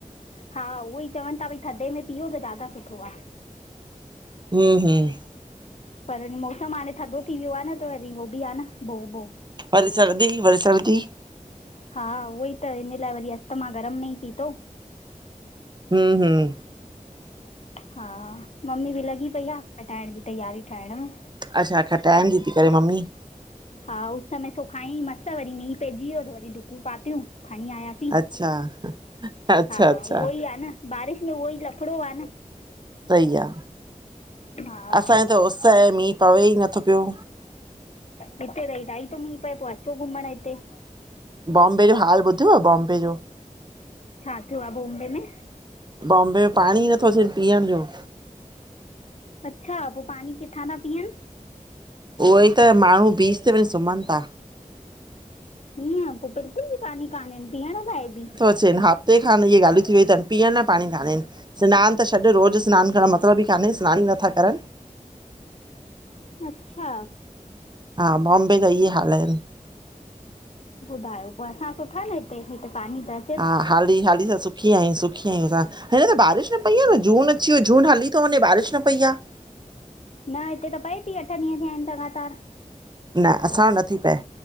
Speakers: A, on the left (about 55°); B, on the right (about 30°).
A: हा उहो ई चवनि था भई थधे में पीओ त ज्यादा सुठो आ।
B: हिम़ हिम़
A: पर मौसम हाणे थधो थी वियो आ न त वरी उहो बि आ न भो बो
B: वरी सर्दी वरी सर्दी <unintelligible>
A: हा उहोई त हिन लाइ वरी अस्तथमा गरम में ई पीतो।
B: हिम़ हिम़
A: हा मम्मी बि लॻी पई आ खटाइहिण जी तयारी ठाहिण में
B: अच्छा टाइम जी थी करे मम्मी
A: हा उस में सु खायं मस वरी मींह पइजी वियो त वरी ॾुकूं पातियूं खणी आयासीं।
B: अचछा अच्छा
A: हा
B: अच्छा।
A: उहो ई आहे न बारिश में उहो ई लफड़ो आ न
B: सही आ
A: हा
B: असांज त उस ऐं मींह पवे ई नथो पियो
A: हिते तई ताई त मीं पए पोइ अचू घुमण हिते
B: बॉम्बे जो हाल ॿुधव बॉम्बे जो
A: छा थियो आहे बॉम्बे में
B: बॉम्बे में पाणी ई नथो अचे न पीअण जो
A: अच्छा पोइ पाणी किथां था पीअनि?
B: उहो ई त माण्हू बीच ते वञी सुम्हनि था।
A: ईअं पोइ बिल्कुल बि पानी कान्हे पीअण लाइ बी।
B: ट्न हफ़्ते खां न इहे ॻाल्हियूं थी वयूंथनि पीअण न पाणी कान्हे। सिनान त छॾु रोज़ु सिनान करणु जो मतलब ई कान्हे सिनान ई नथा करनि।
A: अच्छा
B: हा बॉम्बे ज इहे हाल आहिन।
A: ॿुधायो पो असां सुठा न हिते हिते पानी थस
B: हा हाली हाली सां सु सुखी आयू सुखी आयूअसां हिन त बारिश न पई आहे न जून अची वियो जून हली थो वञे बारिश न पई आ।
A: न हिते त पए थी अठ ॾींहं थिया आहिन लॻातार।
B: न असां वट् नथी पए